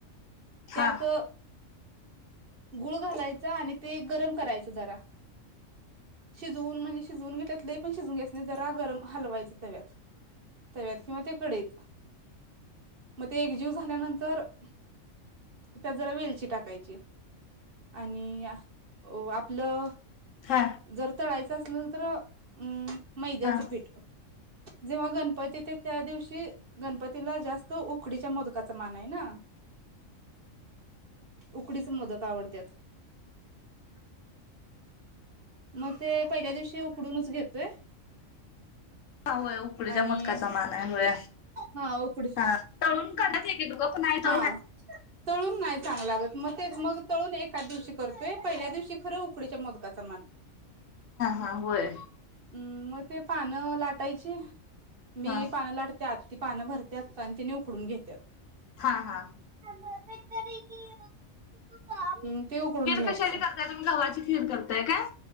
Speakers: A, on the left (about 70°); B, on the right (about 45°).
A: हा
B: त्यात
A: हा हा
B: गुळ घालायचा आणि ते गरम करायच जरा शिजवून म्हणजे शिजवून घेटतलं लई पण शिजवून घ्यायच नाही जरा गरम हलवायच तव्यात तव्यात किंवा ते कढईत मग ते एकजीव झाल्यानंतर त्यात जरा वेलची टाकायची आणि अ आपलं
A: हा
B: जर तळायचं. असलं तर अम. मैद्याचं
A: हा हा हा
B: पीठ. जेव्हा गणपती ते त्या दिवशी गणपतीला जास्त उकडीच्या मोदकाचा मान आहे ना उकडीचे मोदक आवडत्यात. मते. पहिल्या दिवशी उकडूनच घेतोय.
A: हा होय उकडीच्या
B: आणि
A: मोदकाचा मान आहे होय.
B: हा उकडी
A: तळून काढतात एकेक लोक. नाही तळून
B: हा
A: नाही.
B: तळून नाही. चांगल लागत मग तेच मग तळून एका दिवशी. करतोय पहिल्या दिवशी खरं उकडीच्या मोदक. मोदकाचा मान
A: हा होय
B: मग. ते पानं लाटायची. मी
A: हा
B: पान लाटतात. ती पानं भरत्यात आणि तेनी उकडून घेत्यात.
A: हा हा.
B: <unintelligible>
A: खीर
B: घ्यायचं
A: कशारी करताय तुम्ही घवाची? खीर करताय काय?